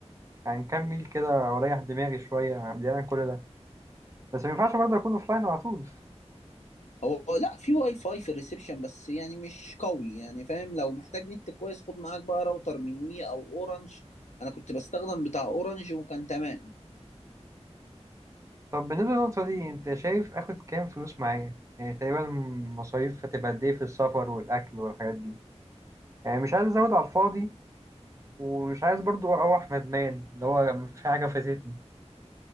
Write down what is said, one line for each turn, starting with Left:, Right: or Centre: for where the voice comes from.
Right: عن كام ميل كده واريح دماغي شويه بعيد عن كل ده بس ما ينفعش برضه اكون اوفلاين على طول
Left: هو لا في واي فاي في الريسبشن بس يعني مش قوي يعني فاهم لو محتاج نت كويس خد معاك بقى راوتر من وي او اورنج انا كنت بستخدم بتاع اورنج وكان تمام
Right: طب بالنسبه للنقطه دي انت شايف اخد كام فلوس معايا يعني تقريبا مصاريف هتبقى قد ايه في السفر والاكل والحاجات دي يعني مش عايز ازود على الفاضي ومش عايز برضه اروح ندمان اللي هو في حاجه فاتتني